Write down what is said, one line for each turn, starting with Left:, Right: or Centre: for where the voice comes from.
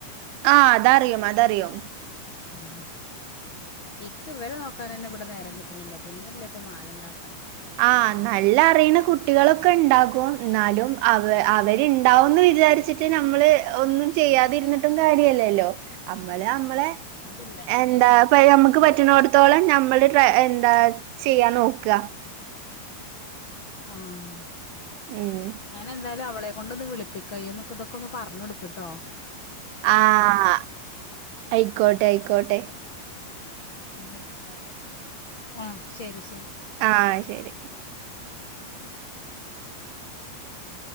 Right: ആഹ് അതറിയും അതറിയും
Left: ഉം ഇക്ക് വരെ നോക്കാനെന്നെ വടെ നേരം കിട്ട്ണില്ല പിന്നല്ലെ പ്പ മാലണ്ടാക്കാന്.
Right: ആഹ് നല്ല അറിയ്ണകുട്ടികളൊക്കെ ഉണ്ടാകും. ന്നാലും, അവ അവര്ണ്ടാവുംന്ന് വിചാരിച്ചിട് ട്ട് നമ്മള് ഒന്നും ചെയ്യാതിര്ന്നിട്ടും കാര്യല്ലല്ലോ, അമ്മള് അമ്മളെ
Left: അതില്ല.
Right: എന്താ പ്പ ഞമ്മക്ക് പറ്റുണോട്ത്തോളം ഞമ്മള് ട്ര എന്താ ചെയ്യാംനോക്ക.
Left: ആഹ്
Right: ഉം
Left: ഞാനെന്തായ് ലു അവളെ കൊണ്ടൊന്ന് വിളിപ്പിക്ക. ഇയ്യൊ ന്ന്ക്കൊതൊക്കൊന്ന് പർഞ്ഞൊട്ക്ക്ട്ടോ.
Right: ആഹ് ഐകോട്ടെ ഐക്കോട്ടെ
Left: ഉം ആഹ് ശെരി ശെരി.
Right: ആഹ് ശരി.
Left: മ <unintelligible>